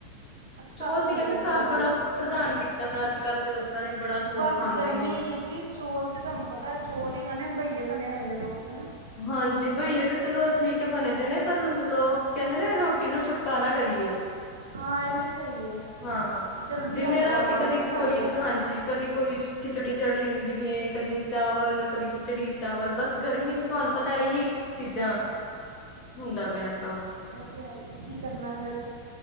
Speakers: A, on the right (about 70°); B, on the left (about 35°).
A: ਅੱਛਾ
B: ਚੋਲ
A: ਅਸੀਂ
B: ਤੇ
A: ਨਹੀਂ
B: ਕਹਿੰਦੇ
A: ਕਦੀ
B: ਸਾਫ਼
A: ਖਾਧੇ
B: ਬੜਾ ਪ੍ਰਦਾਨ ਕੀਤਾ ਦਾ ਅੱਜ ਕੱਲ੍ਹ ਦੇ ਲੋਕ। ਕਨੇ ਬੜਾ ਚੌਲ
A: ਬਸ
B: ਖਾਂਦੇ
A: ਗਰਮੀ
B: ਨੇ।
A: ਹੈ ਜੀ ਚੌਲ ਤੇ ਤੁਹਾਨੂੰ ਪਤਾ ਚੌਲ ਹੀ ਕਣੇ ਬਈਏ ਬਣੇ ਹੋਏ ਨੇ ਲੋਕੀ ਨਾ।
B: ਹਾਂਜੀ ਬਈਏ ਤਾਂ ਚਲੋ ਠੀਕ ਹੈ ਬਣੇਦੇ ਨੇ ਪਰ ਲੋਕ ਕਹਿੰਦੇ ਨੇ ਰੋਟੀ ਤੋਂ ਛੁਟਕਾਰਾ ਕਰੀਏ।
A: ਹਾਂ ਇਹ ਵੀ ਸਹੀ ਹੈ
B: ਹਾਂ
A: ਜਲਦੀ
B: ਦਿਨੇ
A: ਹੋਣ ਵਾਲਾ
B: ਰਾਤੀ
A: ਕੰਮ
B: ਕਦੀ
A: ਹੈ ਨਾ ਨਾਲੇ
B: ਕੋਈ ਹਾਂਜੀ। ਕਦੇ ਕੋਈ ਖਿਚੜੀ ਚੜੀ ਹੁੰਦੀ ਵੀ ਹੈ। ਕਦੀ ਚਾਵਲ ਕਦੀ ਖਿਚੜੀ ਚਾਵਲ ਬਸ ਗਰਮੀ 'ਚ। ਤੁਹਾਨੂੰ ਪਤਾ ਇਹੀ ਚੀਜ਼ਾਂ ਹੁੰਦਾ ਪਿਆ ਕੰਮ।
A: ਅਤੇ ਕੀ ਕਰਨਾ ਫਿਰ,